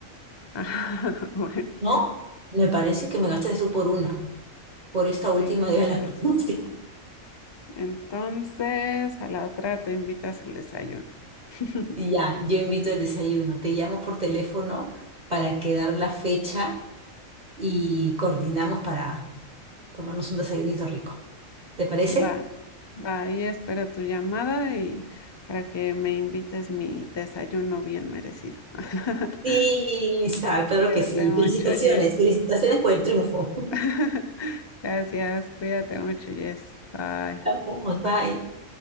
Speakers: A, on the left; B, on the right.
A: Ah, <laughs> Bueno,
B: ¿no? Me parece que me gastaste tú por una, por esta
A: sí,
B: última
A: tal
B: de la
A: vez
B: clase.
A: por uno.
B: <laughs>
A: Entonces, a la otra te invitas el desayuno. <laughs>
B: Ya, yo invito el desayuno. Te llamo por teléfono para quedar la fecha y coordinamos para tomarnos un desayunito rico. ¿Te parece?
A: Va, va, y espero tu llamada y para que me invites mi desayuno bien merecido. <laughs>
B: Sí, Isa, claro
A: Cuídate
B: que sí.
A: mucho,
B: Felicitaciones,
A: Jess.
B: felicitaciones por el triunfo.
A: <laughs> Gracias, cuídate mucho, Jess. Bye.
B: <laughs> Vamos, bye.